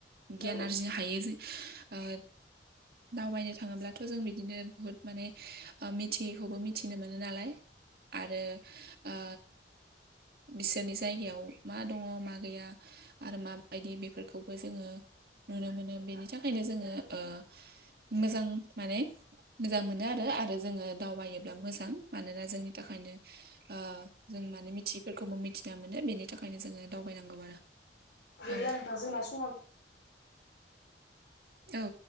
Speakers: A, on the left (about 70°); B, on the right (about 60°).
A: नोंथां
B: गियान आरजिनो हायो जि ओ दावबायनो थाङोब्लाथ' जों बिदिनो बुहुत माने मिथियैखौबो मिथिनो मोनो नालाय आरो ओ बिसोरनि जायगायाव मा दङ मा गैया आरो मा बायदि बेफोरखौबो जोङो नुनो मोनो बेनि थाखायनो जोङो ओ मोजां माने मोजां मोनो आरो आरो जोङो दावबायोब्ला मोजां मानोना जोंनि थाखायनो ओ जों माने मिथि बेखौबो मिथिना मोनो बेनि थाखायनो जोङो दावबायनांगौ आरो
A: जोंना
B: औ।
A: समा
B: औ।